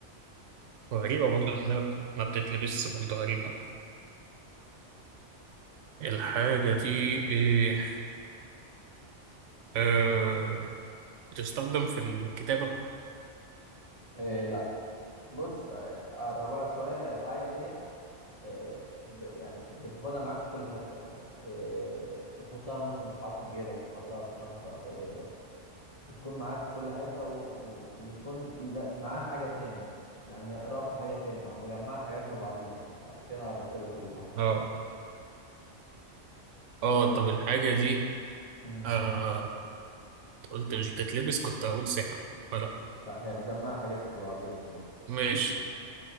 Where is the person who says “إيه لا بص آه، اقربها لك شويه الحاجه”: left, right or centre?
Left